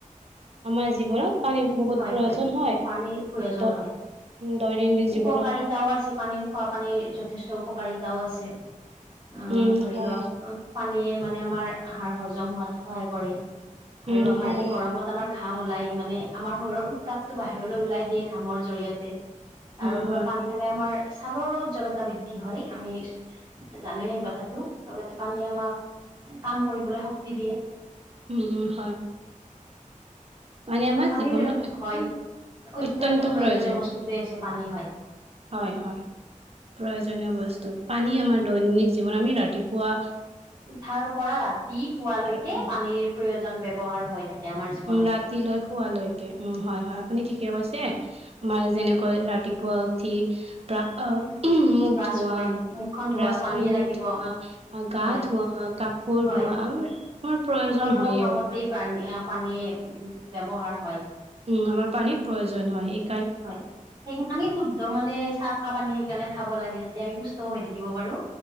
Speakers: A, on the right; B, on the right.
A: আমাৰ জীৱনত পানীৰ বহুত
B: হয়,
A: প্ৰয়োজন
B: হয় পানীৰ প্ৰয়োজন
A: উম, দ
B: হয়।
A: উম, দৈনন্দিন জীৱনত
B: উপকাৰিতাও আছে পানীৰ খোৱা পানীৰ যথেষ্ট উপকাৰিতাও আছে। অ
A: উম,
B: ধৰি
A: হয়,
B: লওক পানীয়ে মানে আমাৰ আহাৰ হজম হোৱাত সহায় কৰে।
A: উম,
B: আৰু আমাৰ
A: হয়,
B: এই গৰমত। কাম ওলাই মানে আমাৰ শৰীৰৰ উত্তাপটো বাহিৰলৈ ওলাই দিয়ে কামৰ জৰিয়তে। তাৰপৰিও
A: উম, হয়।
B: পানী খালে আমাৰ। ছালৰোজ্লতা বৃদ্ধি হয় আমি জানো সেই কথাটো। লগে য পানীয়ে
A: উম,
B: আমাক কাম কৰিবলৈ শক্তি দিয়ে।
A: উম উম হয়। মানে আমাৰ
B: পানী
A: জীৱনৰ অত্যন্ত
B: হয় অত্যন্ত
A: অত্যয়ন্ত
B: প্ৰয়োজনীয়
A: প্ৰয়োজন।
B: বস্তুটোৱে হৈছে পানী হয়।
A: হয় হয় প্ৰয়োজনীয় বস্তু পানী আমাৰ দৈনিক জীৱনত আমি ৰাতিপুৱা
B: উঠাৰ পৰা ৰাতি শুৱালৈকে
A: উম,
B: পানীৰ প্ৰয়োজন ব্যৱহাৰ হয় থাকে। আমাৰ জীৱনত।
A: উম ৰাতিলৈ শুৱালৈকে উম হয় হয় আপুনি ঠিকে কৈছে আমাৰ যেনে। কৈ ৰাতিপুৱা উঠি আহ মোক
B: ব্ৰাছ
A: ধোৱা
B: কৰি মুখখন ধোৱা
A: ব্ৰাছ
B: পানীয়ে
A: কৰি মুখ
B: লাগিব।
A: ধোৱা, গা
B: হয়
A: ধোৱা, কাপোৰ
B: হয়
A: ধোৱা প্ৰয়োজন
B: সকলো
A: হয়েই
B: কামতেই
A: আৰু
B: পানী পানী ব্যৱহাৰ হয়।
A: উম আমাৰ পানীৰ প্ৰয়োজন হয় সেই
B: হয় সেই আমি শুদ্ধ মানে চাফা পানী সেইকাৰণে খাব লাগে যাতে আমি সু স্থ হৈ থাকিব পাৰো।